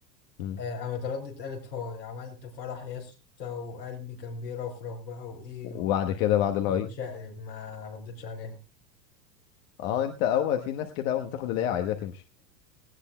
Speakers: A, on the left; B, on the left.
A: م.
B: آه، قامت ردت قالت هاي عملت فرح يا اسطى وقلبي كان بيرفرف بقى وإيه
A: وبعد كده بعد الهاي
B: وبتشقلب ما ردتش عليها
A: اه انت اول في ناس كده اول ما تاخد اللي هي عايزاها تمشي